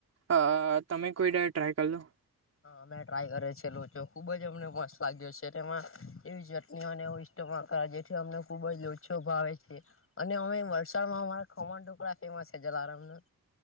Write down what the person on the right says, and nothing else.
અતમે કોઈડાર ટ્રાય કર લો